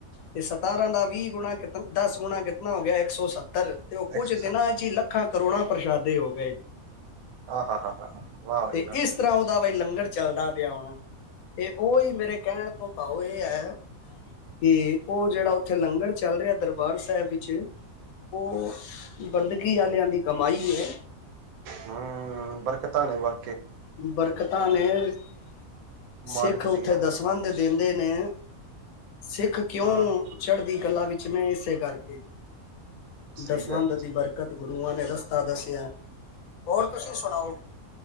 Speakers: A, on the left (about 85°); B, on the right (about 85°).
A: ਤੇ ਸਤਾਰਾਂ ਦਾ ਵੀਹ ਗੁਣਾਤ ਦਸ ਗੁਣਾ ਕਿਤਨਾ ਹੋ ਗਿਆ? ਇੱਕ ਸੌ ਸੱਤਰ। ਅਤੇ ਉਹ ਕੁ
B: ਐਕਸਰਸਾਈ
A: 'ਚ ਦੇਣਾ ਹੈ ਜੀ ਲੱਕ <inaudible> ਲੱਖਾਂ, ਕਰੋੰੜਾਂ ਪ੍ਰਸ਼ਾਦੇ ਹੋ ਗਏ।
B: ਆਹ ਹਾਂ ਹਾਂ ਹਾਂ ਵਾਹ ਵਾਹ
A: ਤੇ
B: <inaudible>
A: ਇਸ ਤਰ੍ਹਾਂ ਉਹਦਾ ਬਾਈ ਲੰਗਰ ਚੱਲਦਾ ਪਿਆ ਹੁਣ, ਤੇ ਉਹੀ ਮੇਰੇ ਕਹਿਣ ਤੋਂ ਭਾਓ ਇਹ ਹੈ ਕਿ, ਉਹ ਜਿਹੜਾ ਉੱਥੇ ਲੰਗਰ ਚੱਲ ਰਿਹਾ, ਦਰਬਾਰ ਸਾਹਿਬ। ਉਹ ਬੰਦਗੀ ਵਾਲਿਆਂ ਦੀ ਕਮਾਈ ਏ।
B: ਹੂੰ, ਬਰਕਤਾਂ ਨੇ। ਵ
A: ਬਰਕਤ। ਹਾਲ <inaudible>
B: ਮਾਲਕ
A: ਸਿੱਖ ਉੱਥੇ
B: ਦੀਆਂ
A: ਦਸਵੰਦ ਦਿਨਦੇ। ਨੇ ਸਿੱਖ ਕਿਉਂ
B: ਹੂੰ,
A: ਚੜ੍ਹਦੀ ਕਲਾ ਵਿੱਚ ਨੇ, ਇਸੇ ਕਰਕੇ।
B: ਸਹੀ
A: ਦਸਵੰਧ
B: ਗੱਲ ਜੀ।
A: ਦੀ ਬਰਕਤ, ਗੁਰੂਆਂ ਨੇ ਰਸ ਸ ਦੱਸੀਆਂ <inaudible> ਹੋਰ, ਤੁਸੀਂ ਸੁਣਾਓ।